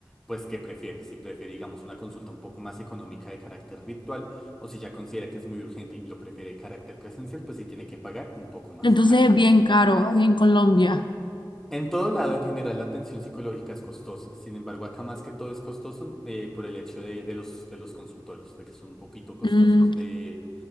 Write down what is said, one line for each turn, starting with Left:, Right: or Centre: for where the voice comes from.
Centre: pues, qué prefiere. Si prefiere, digamos, una consulta un poco más económica de carácter virtual, o si ya considera que es muy urgente y lo prefiere de carácter presencial, pues sí tiene que pagar un poco más,
Left: Entonces
Centre: algo
Left: es bien
Centre: extra.
Left: caro aquí en Colombia.
Centre: En todo lado, en general, la atención psicológica es costosa. Sin embargo, acá más que todo es costoso eh, por el hecho de, de los, de los consultorios, de que son un poquito costosos
Left: Mm,
Centre: de,